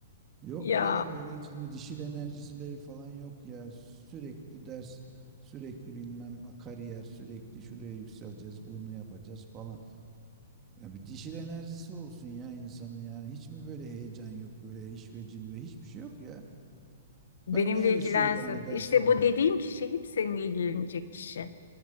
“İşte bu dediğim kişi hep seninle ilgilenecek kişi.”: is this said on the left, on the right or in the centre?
Left